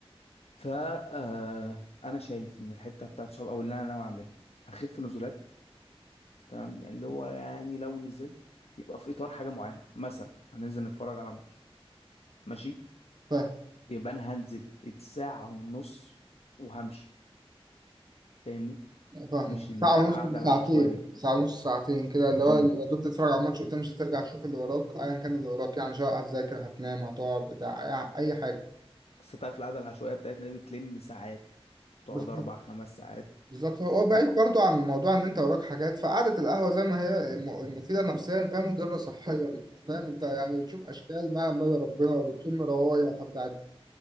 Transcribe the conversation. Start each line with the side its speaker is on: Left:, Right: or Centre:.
Left: ف آه، أنا شايف إن الحتة بتاعت الصحاب أو اللي أنا ناوي أعمله هخف نزولات تمام يعني اللي هو يعني لو نزلت يبقى في اطار حاجه معينه مثلا هننزل نتفرج على ماتش ماشي
Right: فاهم
Left: يبقى انا هنزل الساعه ونص وهمشي فاهمني
Right: فاهمك
Left: مش
Right: ساعة
Left: القعده
Right: ونص
Left: العشوائيه
Right: ساعتين ساعة ونص ساعتين كده اللي هو
Left: امم
Right: يا دوب تتفرج على الماتش وتمشي ترجع تشوف اللي وراك ايا كان اللي وراك يعني سواء هتذاكر هتنام هتقعد بتاع اي أي حاجة
Left: بس انت عارف القعده العشوائيه بتاعتنا دي بتلم ساعات تقعد
Right: بس
Left: اربع خمس ساعات
Right: بالظبط هو
Left: و...
Right: بعيد برضو عن موضوع ان انت وراك حاجات فقعدة القهوة زي ما هي م- مفيدة نفسيا فهي مضرة صحيا فاهم انت يعني بتشوف اشكال ما لما ربنا وبتشم روايح بتاعت